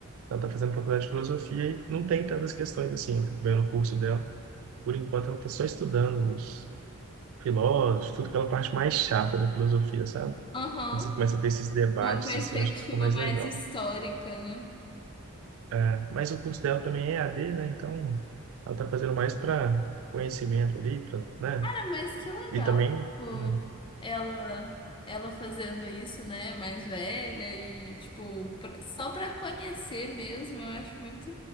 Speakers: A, on the right; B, on the left.
A: Ela está fazendo faculdade de filosofia e não tem tantas questões assim. Eu fico vendo o curso dela. Por enquanto, ela está só estudando os filósofos, tudo aquela parte mais chata da filosofia, sabe?
B: Aham.
A: Quando você começa a ter esses debates,
B: Uma perspectiva
A: assim, acho que fica mais
B: mais
A: legal.
B: histórica, né?
A: né? Mas o curso dela também é E a d né? Então, ela está fazendo mais para conhecimento ali, pra, né?
B: Cara, mas que legal.
A: E também,
B: Tipo,
A: né?
B: ela, ela fazendo isso, né? Mais velha e, tipo, pra- só pra conhecer mesmo, eu acho muito,